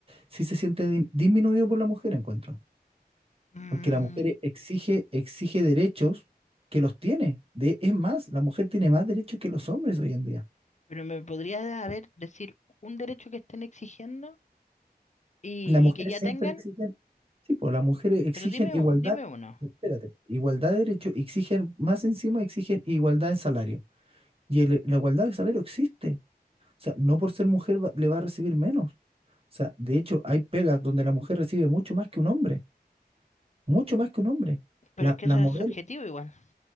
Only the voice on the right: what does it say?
sí se sienten di- disminuidos por la mujer, encuentro.
Porque la mujer e, exige, exige derechos que los tiene. De, es más, la mujer tiene más derechos que los hombres hoy en día.
Las mujeres
siempre
exigen, sí, pues las mujeres exigen
igualdad,
espérate, igualdad de derechos, exigen, más encima exigen igualdad en salario. Y el- la igualdad de salario existe. O sea, no por ser mujer va- le va a recibir menos. O sea, de hecho, hay pegas donde la mujer recibe mucho más que un hombre, mucho más que un hombre.
La,
la
modelo,